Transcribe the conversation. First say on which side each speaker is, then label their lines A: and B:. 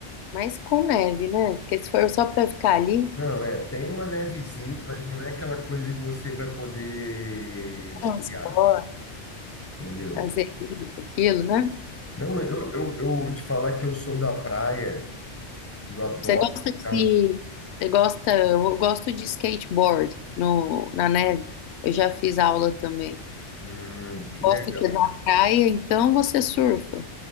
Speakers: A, on the left; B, on the left.
A: Mas com neve, né? Porque se for só pra ficar ali,
B: Não, é, tem uma nevezinha, mas não é aquela coisa que você vai poder esquiar,
A: transporte,
B: entendeu?
A: fazer isso, aquilo, né?
B: Não, eu, eu, eu te falar que eu sou da praia e eu adoro
A: Você gosta
B: ficar.
A: de. Você gosta. Eu gosto de skateboard no, na neve. Eu já fiz aula também.
B: Hum, que
A: Gosto
B: legal.
A: que é da praia, então você surfa.